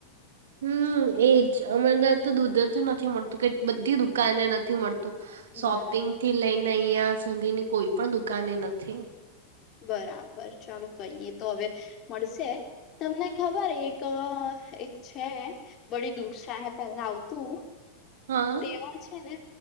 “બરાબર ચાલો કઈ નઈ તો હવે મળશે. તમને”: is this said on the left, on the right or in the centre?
Left